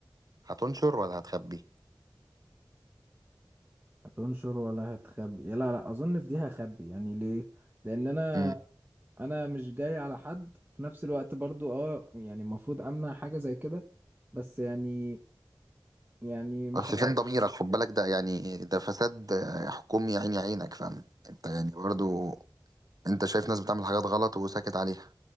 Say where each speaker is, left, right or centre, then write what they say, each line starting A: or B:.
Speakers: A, on the right (about 50°); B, on the right (about 20°).
A: هتنشر ولا هتخبي؟
B: هتنشر ولا هتخبي لا لا اظن في دي هخبي يعني ليه لان انا
A: مم.
B: انا مش جاي على حد في نفس الوقت برضو اه يعني المفروض امنع حاجة زي كده بس يعني يعني مش
A: بس
B: عارف
A: فين ضميرك خد بالك ده يعني ده فساد آه، حكومي عيني عينك فاهم أنت يعني برضو أنت شايف ناس بتعمل حاجات غلط وساكت عليها